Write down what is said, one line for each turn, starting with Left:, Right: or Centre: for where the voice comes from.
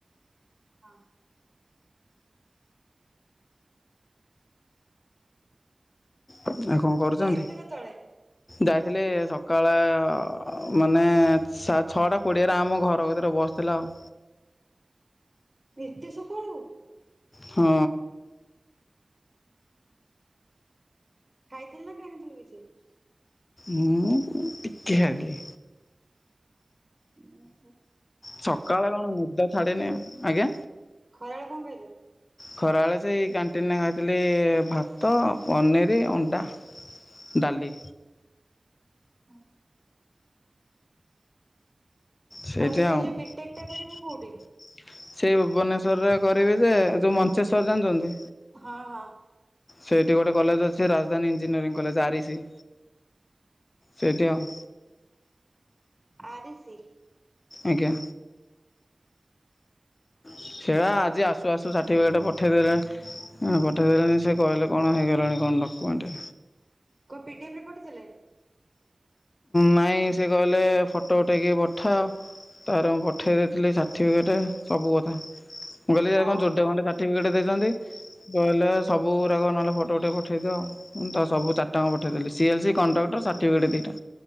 Right: ହଁ।
Left: ଆଉ କଣ କରୁଚନ୍ତି
Right: ଯାଇଥିଲୁ କେତେବେଳେ
Left: ଯାଇଥିଲି ସକାଳ ଅ-ମାନେ ସା-ଛଅଟା କୋଡ଼ିଏରେ ଆମ ଘର କତିରେ ବସ୍ ଥିଲା ଆଉ।
Right: ଏତେ ସଖାଳୁ?
Left: ହଁ।
Right: ଖାଇଥିଲୁ ନା ଖାଇନଥିଲୁ କିଛି?
Left: ମୁଁ ଟିକେ ଖାଇଥିଲି।
Right: ଓହୋ।
Left: ସକାଳେ କଣ ନିଦ ଛାଡେନି ଆଜ୍ଞା
Right: ଖରାବେଳେ କଣ ଖାଇଲୁ
Left: ଖରାବେଳେ ସେଇ କ୍ୟାଣ୍ଟିନରେ ଖାଇଥିଲି ଭାତ, ପନିର, ଅଣ୍ଡା। ଡାଲି
Right: ହଁ।
Left: ସେଇଠି
Right: ଏବେ
Left: ଆଉ
Right: ଯୋଉ ବିଟେକ୍
Left: ସେଇ
Right: ଟା କରିବୁ କୋଉଠି
Left: ଭୁବନେଶ୍ୱରରେ କରିବି ଯେ ଯୋଉ ମଞ୍ଚେଶ୍ଵର ଜାଣିଚନ୍ତି?
Right: ହଁ ହଁ
Left: ସେଇଠି ଗୋଟେ କଲେଜ ଅଛି Rajdhani engineering college R E C. Stadium
Right: ଆରିଶୀ
Left: ଆଜ୍ଞା। ସେରା ଆଜି ଆସୁଆସୁ ସାର୍ଟିଫିକେଟ୍ ପଠେଇଦେଲେ ଅଁ ପଠେଇଦେଲେଣି ସେ କହିଲେ କଣ ହେଇଗଲାଣି କଣ ଡକୁମେଣ୍ଟ୍।
Right: କୋଉ ପିଡିଏଫରେ ପଠେଇଥିଲେ?
Left: ନାଇଁ ସେ କହିଲେ ଫଟୋ ଉଠେଇକି ପଠା ଆଉ‌ ତାର ମୁଁ ପଠେଇ ଦେଇଥିଲି ସାର୍ଟିଫିକେଟେ ସବୁ କଥା। ମୁଁ କହିଲି ଏରା
Right: ଓହୋ
Left: କଣ ଜୋଡେ ଖଣ୍ଡେ ସାର୍ଟିଫିକେଟ ଦେଇଚନ୍ତି କହିଲା ସ୍ ସବୁରାକ ନହଲେ ଫଟୋ ଉଠେଇକି ପଠେଇଦିଅ ମୁଁ ତା ସବୁ ଚାରଟା ଆଁକ ପଠଦେଲି C L C, contractor, certificate ଦିଇଟା।